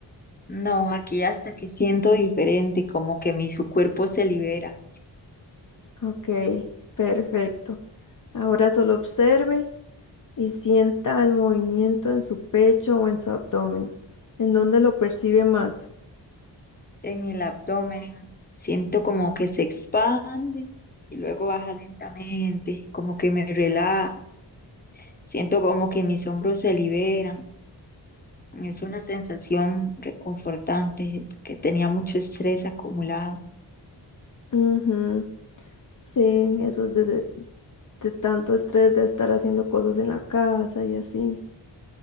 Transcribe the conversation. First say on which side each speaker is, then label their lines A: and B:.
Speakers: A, on the left (about 20°); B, on the left (about 45°).
A: No, aquí hasta que siento diferente, como que mi su cuerpo se libera
B: Ok, perfecto. Ahora solo observe y sienta el movimiento en su pecho o en su abdomen, en donde lo percibe más.
A: en el abdomen. Siento como que se expande y luego baja lentamente, como que me relaja. Siento como que mis hombros se liberan. Es una sensación reconfortante porque tenía mucho estrés acumulado.
B: Ujú, Sí, eso es de, de- de tanto estrés de estar haciendo cosas en la casa y así.